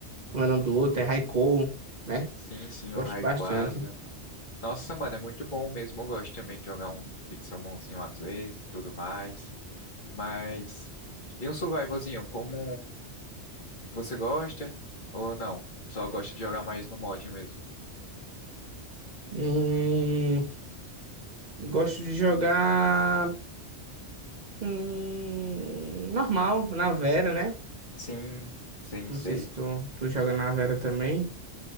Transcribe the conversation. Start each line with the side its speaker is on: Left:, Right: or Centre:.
Right: como é o nome do outro? É Raikou, né?
Left: Sim, sim,
Right: Gosto
Left: o Rayquaza.
Right: bastante.
Left: Nossa, mano, é muito bom mesmo. Eu gosto também de jogar um Pixelmonzinho às vezes e tudo mais. Mas. E um survivalzinho, como você gosta ou não? Só gosta de jogar mais no mod mesmo?
Right: Hum, gosto de jogar hum, normal, na Vera, né?
Left: Sim, sim,
Right: Não
Left: sei.
Right: sei se tu, tu joga na Vera também